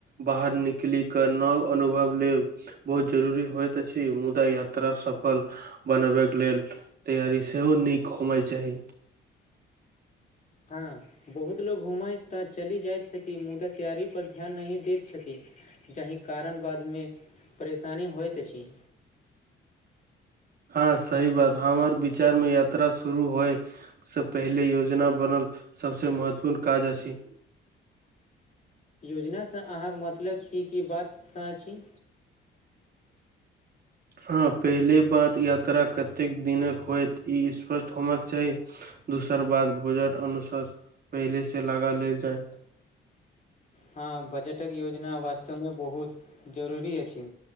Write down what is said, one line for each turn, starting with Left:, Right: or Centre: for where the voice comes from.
Right: बाहर निकलि क नव अनुभव लेब बहुत जरूरी होइत अछि मुदा यात्रा सफल बनबके लेल तैयरी सेहो नीक होमाय चाही
Left: हं बहुत लोकोग घूमैत तऽ चली जाइत छथिन मुदा तैयारी पर ध्यान नहि दैत छथिन जहि कारण बाद मे परेशानी होइत अछि
Right: हँ सही बात हमर विचार मे यात्रा शुरू होय से पहिले योजना बनल सबसे महत्वपूर्ण काज अछि
Left: योजनासँ अहाँक मतलब की की बातस अछि
Right: हँ पहिले बात यात्रा कतेक दिनक होयत ई स्पष्ट होबाक चाही दोसर बात बेगर अनुसार पहिले से लगा लेल जायत
Left: हँ बजटक योजना वास्तव मे बहुत जरूरी अछि